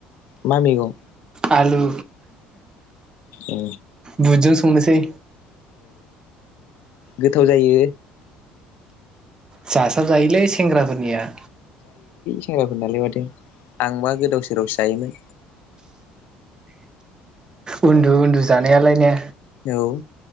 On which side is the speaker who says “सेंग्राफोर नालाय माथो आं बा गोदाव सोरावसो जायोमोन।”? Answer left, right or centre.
Left